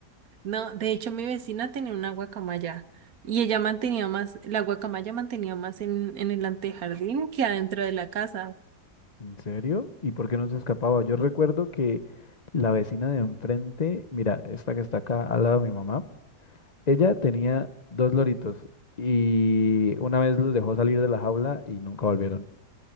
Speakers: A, on the right; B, on the left.
A: No, de hecho mi vecina tenía una guacamaya y ella mantenía más, la guacamaya mantenía más en, en el antejardín que adentro de la casa.
B: ¿En serio? ¿Y por qué no se escapaba? Yo recuerdo que la vecina de enfrente, mira, esta que está acá al lado de mi mamá, Ella tenía dos loritos y una vez los dejó salir de la jaula y nunca volvieron.